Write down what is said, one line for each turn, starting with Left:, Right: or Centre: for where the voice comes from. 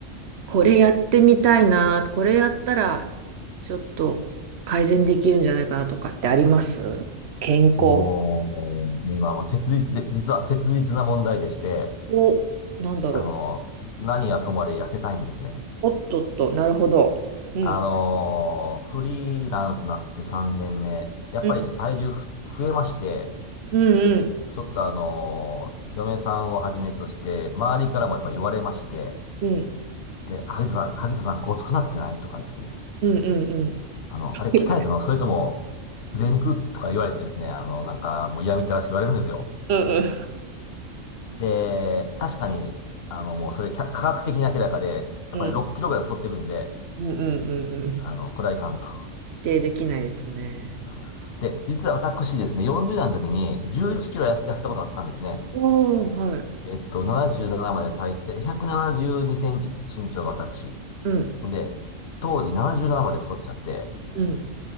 Right: これやってみたいな、これやったらちょっと改善できるんじゃないかなとかってあります健康
Left: もう、今はもう切実で、実は切実な問題でして、
Right: を、なんだろ
Left: あの、何はともあれ痩せたいんですね。
Right: う。おっとっと、なるほど。うん。
Left: あの、フリーランスになって3年目、やっぱりちょっと体重ふ増えまして、
Right: うん。うんうん。
Left: ちょっとあの、嫁さんをはじめとして、周りからもやっぱ言われまして、
Right: うん
Left: あれ、萩田さん、萩田さんごつくなってないとかですね。
Right: うんうんうん。
Left: あの、
Right: <laughs>
Left: あれ鍛えたのそれとも、贅肉とか言われてですね、あの、なんかもう嫌みったらしく言われるんですよ。
Right: うんうん
Left: で、確かに、あの、もうそれ科科学的に明らかで、やっぱり6キロぐらい太ってるんで、
Right: うんうんうんうんうん
Left: あの、これはいかんと。
Right: 否定できないですね。
Left: そうです。で、実は私ですね、40代の時に11キロ痩せ痩せたことあったんですね。
Right: うんおー、はい。
Left: えっと、77まで最、え172センチ身長が私。
Right: うん。
Left: ほんで、当時77まで太っちゃって、
Right: うん。